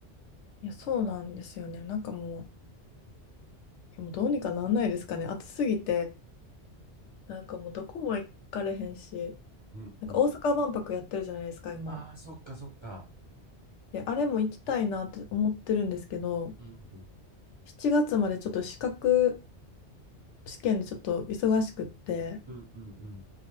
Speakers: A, on the left; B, on the right.
A: いや、そうなんですよね。なんかもう、いやもうどうにかなんないですかね。暑すぎて、なんかもうどこも行かれへんし、
B: うんうん。
A: なんか大阪万博やってるじゃないですか、今。
B: ああ、そっかそっか。
A: で、あれも行きたいなって思ってるんですけど、
B: うんうん
A: 7月までちょっと資格試験でちょっと忙しくって、
B: うんうんうん。